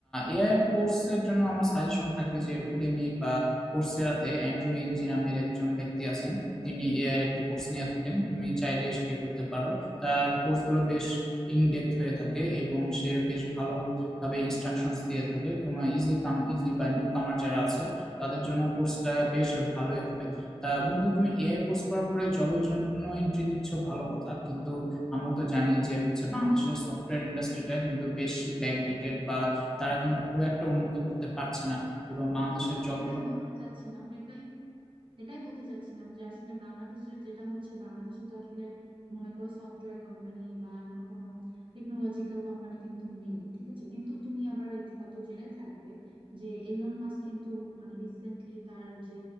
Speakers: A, in the centre; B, on the right.
A: এআই এর কোর্সের জন্য আমার সাজেশন থাকবে যে উডেমি বা কোর্সেরাতে অ্যান্ড্রু ইঞ্জি নামের একজন ব্যক্তি আছেন তিনি এআই এর একটি কোর্স নিয়ে থাকেন তুমি চাইলে সেটি করতে পারো তার কোর্সগুলো বেশ ইনডেপথ হয়ে থাকে এবং সে বেশ ভালোভাবে ইনস্ট্রাকশনস দিয়ে থাকে তোমার ইজি কাম ইজি বা নিউ কামার যারা আছে তাদের জন্য কোর্সটা বেশ ভালোই হবে তা বন্ধু তুমি এআই কোর্স করার পরে জবের জন্য এন্ট্রি নিচ্ছ ভালো কথা কিন্তু আমরা তো জানি যে হচ্ছে বাংলাদেশের সফটওয়্যার ইন্ডাস্ট্রিটা কিন্তু বেশ ব্যাকডেটেড বা তারা কিন্তু খুব একটা উন্নত করতে পারছে না এবং বাংলাদেশের
B: তোমাকে
A: জব
B: এটাই বলতে চাচ্ছিলাম এটাই এটাই বলতে চাচ্ছিলাম যে আসলে বাংলাদেশের যেটা হচ্ছে বাংলাদেশে তো আসলে মনে করো সফটওয়্যার কোম্পানি বা এমন কোনো টেকনোলজিক্যাল কোম্পানি কিন্তু নেই ঠিক আছে কিন্তু তুমি আবার হয়তো জেনে থাকবে যে এলন মাস্ক কিন্তু মানে রিসেন্টলি তার যে